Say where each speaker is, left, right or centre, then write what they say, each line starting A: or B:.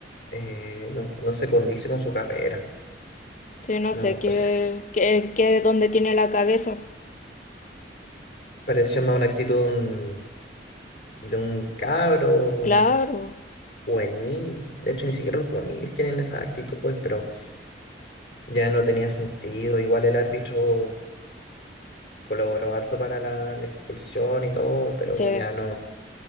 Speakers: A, on the left; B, on the left.
A: eh, no, no se condice con su carrera.
B: Sí, no
A: No,
B: sé qué,
A: parece-
B: qué, qué, dónde tiene la cabeza.
A: pareció más una actitud de un, de un cabro, un
B: Claro,
A: juvenil. De hecho, ni siquiera los juveniles tienen esa actitud, pues, pero ya no tenía sentido. Igual el árbitro colaboró harto para la, la expulsión y todo, pero
B: sí.
A: ya no.